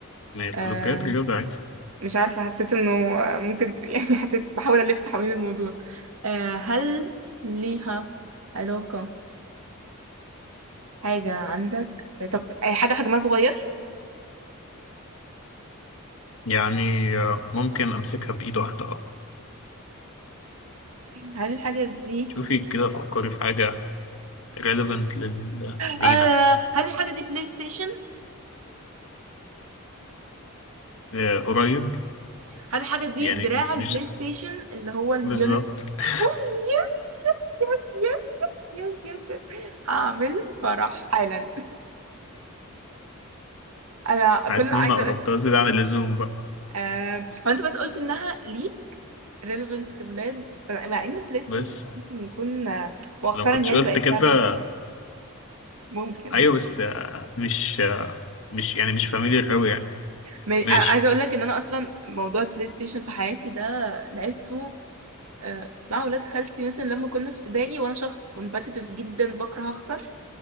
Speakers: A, on the left; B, on the right.
A: ما هي الأولمبياد
B: آه
A: رياضة عادي
B: مش عارفة حسيت انه ممكن <laughs> يعني حسيت بحاول ألف حوالين الموضوع آه هل ليها علاقة حاجة عندك طب أي حاجة حجمها صغير
A: يعني آه، ممكن أمسكها بإيد واحدة أه
B: هل الحاجة دي
A: شوفي كده فكري في حاجة relevant لل...
B: آه
A: لينا
B: هل الحاجة دي بلاي ستيشن
A: آه، قريب
B: هل الحاجة دي
A: يعني
B: دراع البلاي
A: مش
B: ستيشن اللي هو اليونت
A: بالظبط <laughs>
B: أوف، يس يس يس يس يس يس يس هعمل فرح حالا انا كل
A: حاسس
B: اللي
A: إن
B: عايزه
A: أنا قربتها
B: اقول لك
A: زيادة عن اللزوم بقى
B: آه... هو انت بس قلت انها ليه relevant لولاد مع ان بلاي ستيشن
A: بس
B: ممكن يكون آه، مؤخرا
A: لو كنتش
B: يعني
A: قلت
B: بقت
A: كده
B: لعبه لكل- ممكن
A: أيوه بس آه، مش آه، مش يعني مش فاميليار أوي يعني
B: ما- آه،
A: ماشي
B: عايزه اقول لك ان انا اصلا موضوع البلاي ستيشن في حياتي ده لعبته آه، مع ولاد خالتي مثلا لما كنا في ابتدائي وانا شخص كومبتيتيف جدا بكره اخسر